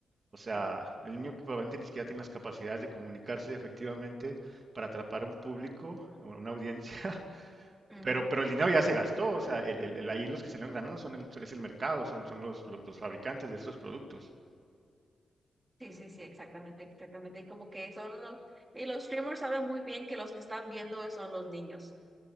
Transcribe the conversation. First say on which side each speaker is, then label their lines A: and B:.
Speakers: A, on the right; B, on the right.
A: o sea,
B: sí.
A: el niño que probablemente ni siquiera tiene las capacidades de comunicarse efectivamente para atrapar un público, una audiencia, <laughs>
B: Ujú.
A: pero, pero el dinero ya se gastó, o sea, el, el, el- ahí los que salieron ganando son el, es el mercado, son, son los, los, los fabricantes de estos productos.
B: Sí, sí, sí, exactamente, exactamente. Y como que son los, y los streamers saben muy bien que los que están viendo son los niños.